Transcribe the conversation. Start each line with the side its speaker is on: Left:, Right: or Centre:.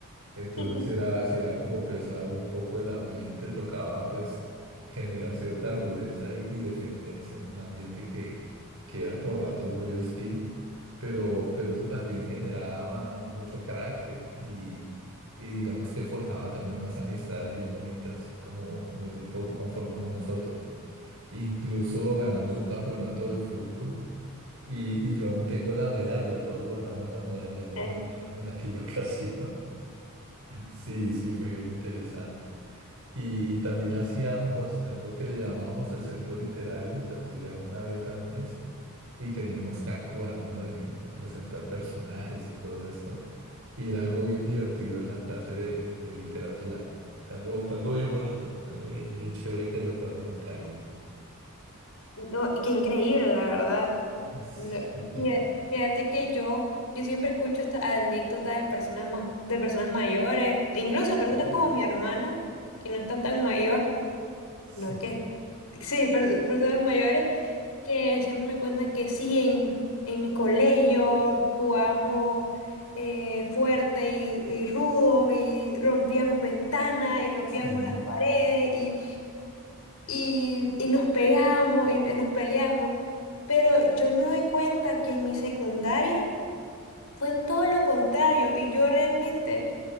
Right: Entonces,
Left: <laughs>
Right: si era, si era como pesado un poco el ambiente, tocaba pues generar cierta rudeza y, y defenderse en un ambiente que, que era por ratos muy hostil, pero, pero eso también generaba mucho carácter y, y digamos que forjaba también unas amistades bien bonitas, como, como el grupo que conformamos nosotros. Incluso ganamos un campeonato de fútbol y, y yo aún tengo la medalla, todos guardamos la medalla que
Left: Eh,
Right: nos dieron en aquella <laughs> ocasión. Sí, sí, fue bien interesante. Y, y también hacíamos algo que le llamábamos el centro literario, se hacía una vez al mes y teníamos que actuar, ¿no? Y presentar personajes y todo esto. Y era algo bien divertido en la clase de, de literatura. Fue algo, fue algo bien bonito, algo bien, bien chévere que recuerdo con cariño.
Left: no, Qué increíble, la verdad.
Right: <laughs>
Left: Mira,
Right: Sí,
Left: fía- Fíjate que yo, yo siempre escucho esta anécdota de personas más, de personas mayores, e incluso de personas
Right: sí,
Left: como mi hermano, que no están tan mayor.
Right: sí,
Left: No es que Sí, per- personas mayores que siempre me cuentan que sí, en, en mi colegio jugamos eh, fuerte y, y rudo y rompíamos ventanas y rompíamos
Right: sí,
Left: las paredes y, y, y nos pegábamos y nos peleábamos. Pero yo me doy cuenta que en mi secundaria fue todo lo contrario y yo realmente...